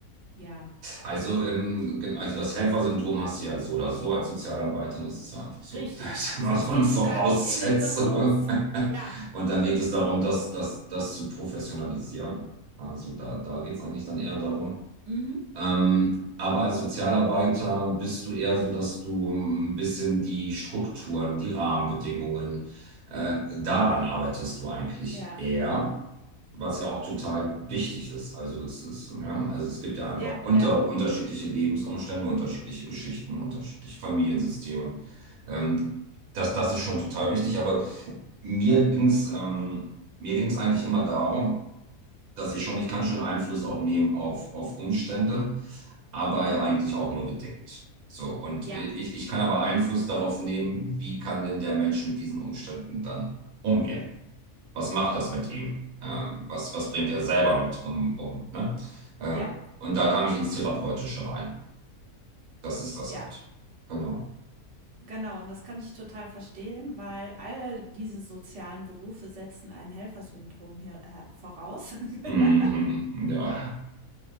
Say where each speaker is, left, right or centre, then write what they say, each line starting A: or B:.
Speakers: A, on the right (about 55°); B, on the right (about 75°).
A: ja,
B: Also, ähm, gen- also das Helfersyndrom hast du ja so oder so als Sozialarbeiter, das ist ja einfach so,
A: richtig.
B: <laughs> ich sag
A: Sonst
B: mal, so
A: gehst
B: eine Voraussetzung.
A: du gar nicht in den Beruf. Ja.
B: <laughs> Und dann geht es darum, das, das, das zu professionalisieren. Also da, da geht es eigentlich dann eher darum,
A: Mhm.
B: Ähm, aber als Sozialarbeiter bist du eher so, dass du ein bisschen die Strukturen, die Rahmenbedingungen, äh, daran arbeitest du eigentlich
A: Ja.
B: eher, was ja auch total wichtig ist. Also es ist, ja, also es gibt ja einfach
A: Ja.
B: unter,
A: Ja.
B: unterschiedliche Lebensumstände, unterschiedliche Geschichten, unterschiedliche Familiensysteme. Ähm, das, das ist schon total wichtig, aber mir ging's, ähm, mir ging's eigentlich immer darum, dass ich schon, ich kann schon Einfluss auch nehmen auf, auf Umstände, aber
A: Mhm.
B: ja eigentlich auch nur bedingt. So, und
A: Ja.
B: ich, ich kann aber Einfluss darauf nehmen, wie kann denn der Mensch mit diesen Umständen dann umgehen? Was macht das mit ihm? Ähm, was, was bringt er selber mit um, um, ne? Äh,
A: Ja.
B: und da kam ich ins Therapeutische rein. Das ist das
A: Ja.
B: halt. Genau.
A: Genau, und das kann ich total verstehen, weil alle diese sozialen Berufe setzen ein Helfersyndrom hier äh, voraus.
B: Mhm,
A: <laughs>
B: <laughs> ja.